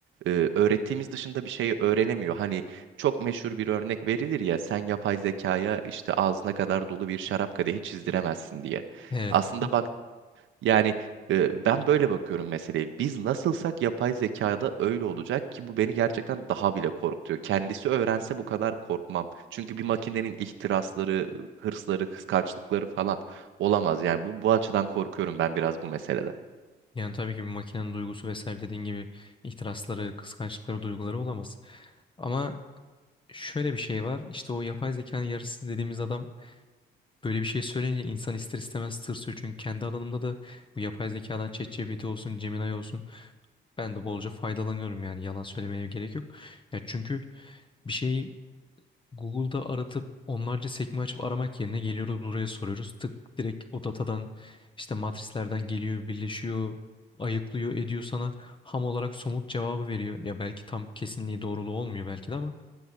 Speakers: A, on the right; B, on the left.
A: e, öğrettiğimiz dışında bir şey öğrenemiyor. Hani çok meşhur bir örnek verilir ya sen yapay zekaya işte ağzına kadar dolu bir şarap kadehi çizdiremezsin diye.
B: Evet.
A: Aslında yani e, ben böyle bakıyorum meseleye. Biz nasılsak yapay zekada öyle olacak ki bu beni gerçekten daha bile korkutuyor. Kendisi öğrense bu kadar korkmam. Çünkü bir makinenin ihtirasları, hırsları, kıskançlıkları falan olamaz. Yani bu bu açıdan korkuyorum ben biraz bu meseleden.
B: Yani tabii ki bir makinenin duygusu vesaire dediğin gibi ihtirasları, kıskançlıkları, duyguları olamaz. Ama şöyle bir şey var. İşte o yapay zekanın yarısı dediğimiz adam böyle bir şey söyleyince insan ister istemez tırsıyor. Çünkü kendi alanımda da bu yapay zekadan ChatGPT olsun, Gemini olsun ben de bolca faydalanıyorum yani yalan söylemeye gerek yok. Ya çünkü bir şeyi Google'da aratıp onlarca sekme açıp aramak yerine geliyoruz buraya soruyoruz. Tık direkt o datadan işte matrislerden geliyor, birleşiyor, ayıklıyor, ediyor sana ham olarak somut cevabı veriyor. Ya belki tam kesinliği doğruluğu olmuyor belki de ama